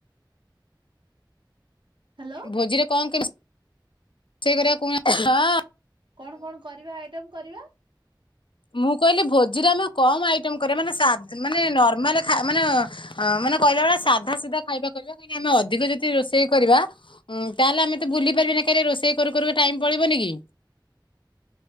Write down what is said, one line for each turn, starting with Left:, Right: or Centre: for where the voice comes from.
Right: ହ୍ୟାଲୋ।
Left: ଭୋଜିରେ କଣ କେମିତି ରୋଷେଇ କରିବା କହୁ ନାହାନ୍ତି?
Right: କଣ କଣ କରିବା ଆଇଟମ କରିବା?
Left: ମୁଁ କହିଲି ଭୋଜିରେ ଆମେ କମ ଆଇଟମ କରିବା ମାନେ ସା ମାନେ ନର୍ମାଲ ଖା ମାନେ ହଁ ମାନେ କହିଲା ବେଳେ ସାଧା ସିଧା ଖାଇବା କରିବା କାହିଁକି ଆମେ ଅଧିକ ଯଦି ରୋଷେଇ କରିବା ଉଁ ତାହେଲେ ଆମେ ତ ବୁଲି ପାରିବାନି ନା କିହିଁକି ନା ରୋଷେଇ କରୁ କରୁକା ଟାଇମ ପଳେଇବ ନିକି?